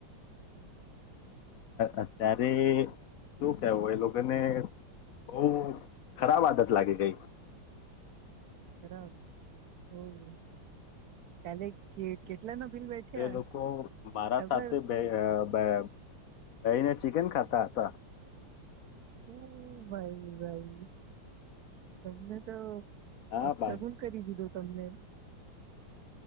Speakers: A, on the left; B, on the right.
A: અત્યારે શું કેવું એ લોકોને બહુ ખરાબ આદત લાગી ગઈ.
B: <unintelligible> બેઠ્યા
A: તે લોકો મારા
B: ખબર
A: સાથે બેસીને બેસીને ચિકન ખાતા હતા.
B: ઓ ભાઈ ભાઈ તમને તો
A: હા
B: અફસગુન
A: ભાઈ
B: કરી દીધો તમને